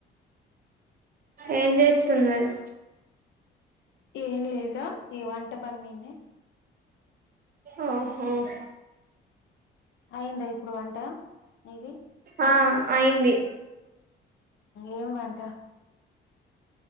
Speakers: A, on the right; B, on the left.
A: ఏం చేస్తున్నారు
B: ఏన్ లేదరా ఈ వంట పని మీని
A: ఆ హుమ్
B: అయిందా ఇప్పుడు వంట నీది
A: ఆ అయింది
B: ఏం వంట